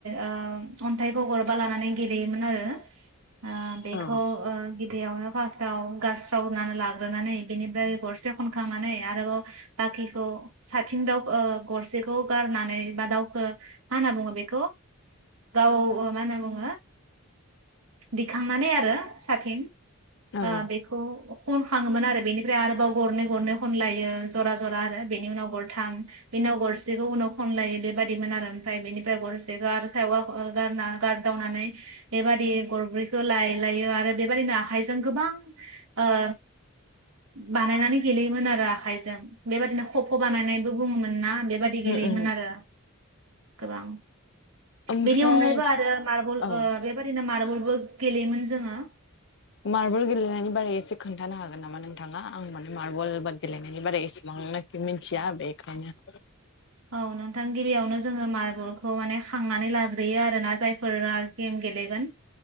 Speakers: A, on the right; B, on the left.
A: ओ अन्थाइखौ गरबा लानानै गेलेयोमोन आरो ओ बेखौ
B: औ
A: ओ गिबियावनो फार्स्टआव गारस्रावनानै लाग्रोनानै बिनिफ्राय गरसे खनखांनानै आरोबाव बाखिखौ साथिं दाव ओ गरसे खौ गारनानै बा दाउखो मा होनना बुङो बेखौ? गाव ओ मा होनना बुङो दिखांनानै आरो सथिं
B: उम
A: ओ बेखौ खनखाङोमोन आरो बेनिफ्राय आरोबाव गरनै गरनै खनला यो जरा जरा आरो बेनि उनाव गरथाम बेनि उनाव गर सेखौ उनाव खनलायो बेबायाददिमोन आरो ओमफ्राय बेनिफ्राय गरसे आरो सायावा गा-गारना गारदावनानै बेबादि गरब्रैखौ लाय लायो आरो बेबादिनो आखाइजों गोबां ओ बानायनानै गेलेयोमोन आरो आखाइजों बेबायादिनो खफ' बानायनायबो बुङोमोन ना बेबाय दि गेलेयोमोन
B: उम
A: आरो गोबां
B: ओमफ्राय
A: बेनि अनगायैबो आरो मार्बल
B: औ
A: बेबादिनो ओ मारबलबो गेलेयोमोन जोङो
B: मार्बल गेलेनायनि बारै एसे खोन्थानो हागोन नामा नोंथाङा आं माने मार्बल बाद गेलेनायनि बारै एसेबां मिथिया बेखायनो
A: औ नोंथां गिबियावनो जोङो मार्बलखौ माने खांनानै लाग्रोयो आरो ना जायफोरा गेम गेलेगोन